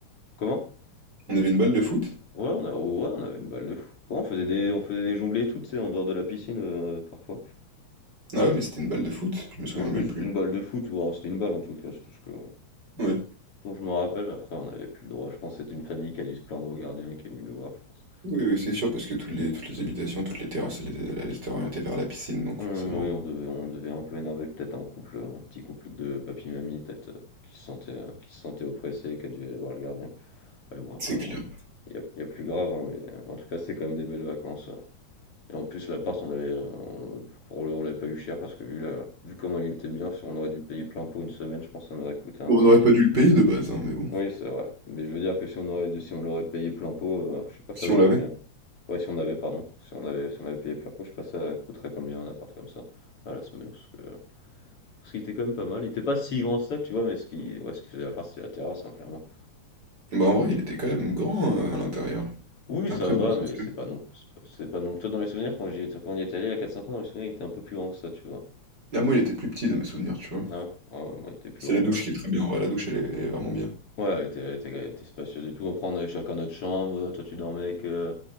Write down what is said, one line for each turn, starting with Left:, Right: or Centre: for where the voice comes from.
Left: Comment?
Right: on avait une balle de foot.
Left: Ouais, on a, ouais, on avait une balle de foot. Ouais, on faisait des, on faisait des jonglées toutes, tu sais, en dehors de la piscine euh, parfois.
Right: Ah ouais, mais c'était une balle de foot, je me souviens
Left: Moi, je
Right: même
Left: pense que
Right: plus.
Left: c'était une balle de foot, ou alors c'était une balle en tout cas, c'est tout ce que,
Right: Ouais.
Left: dont je me rappelle. mais Après, on n'avait plus le droit. Je pense que c'était une famille qui a dû se plaindre au gardien qui est venu nous voir, je pense.
Right: Oui, oui, c'est sûr parce que toutes les, toutes les habitations, toutes les terrasses, elles, elles étaient orientées vers la piscine donc
Left: Hum,
Right: forcément,
Left: oui, on devait, on devait un peu énerver peut-être un couple, un petit couple de papy-mamie, peut-être, euh, qui se sentait, euh, qui se sentait oppressé et qui a dû aller voir le gardien. Ouais, bon, après,
Right: c'est clair.
Left: bon, il y, a il y a plus grave, hein, mais euh, en tout cas, c'était quand même des belles vacances. euh. Et en plus, l'appart, on l'avait, euh, on- pour le, on l'avait pas eu cher parce que vu, la, vu comment il était bien, si on aurait dû payer plein pot une semaine, je pense que ça nous aurait coûté un.
Right: Bon, on n'aurait pas dû le payer de base, hein, mais bon.
Left: Oui, c'est vrai. Mais je veux dire que si on aurait, si on l'aurait payé plein pot, euh, je sais pas,
Right: Si
Left: ça vaut
Right: on l'avait.
Left: combien. Ouais, si on avait, pardon, si on avait, si on avait payé plein pot, je sais pas, ça coûterait combien un appart comme ça à la semaine, parce que, parce qu'il était quand même pas mal. Il était pas si grand que ça, tu vois, mais ce qui, ouais, ce qui faisait l'appart, c'était la terrasse, hein, clairement.
Right: Bah, en vrai, il était quand même grand, heu, à l'intérieur.
Left: Oui,
Right: Après,
Left: ça va,
Right: bon, c'est
Left: mais
Right: sûr.
Left: c'est pas non c'est pas c'est pas non toi dans mes souvenirs quand j'y étais quand on y est allé il y a quatre cinq ans, dans mes souvenirs, il était un peu plus grand que ça, tu vois?
Right: Ah, moi, il était plus petit dans mes souvenirs, tu vois?
Left: Non? Ouais, ouais, moi, il était plus
Right: C'est
Left: grand,
Right: la
Left: bon.
Right: douche qui est très bien, en vrai, la douche, elle est elle est vraiment bien.
Left: Ouais, elle était elle était elle était spacieuse et tout. Après, on avait chacun notre chambre. Toi, tu dormais avec, euh,